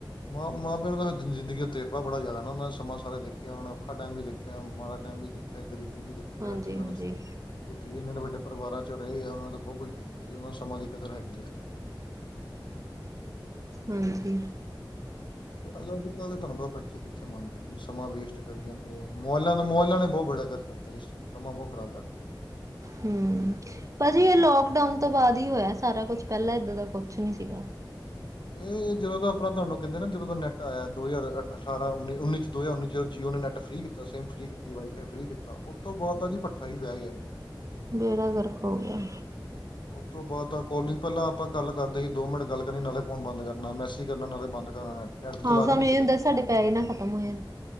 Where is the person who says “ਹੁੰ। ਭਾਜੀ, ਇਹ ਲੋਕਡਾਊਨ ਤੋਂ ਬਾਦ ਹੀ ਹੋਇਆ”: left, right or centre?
Right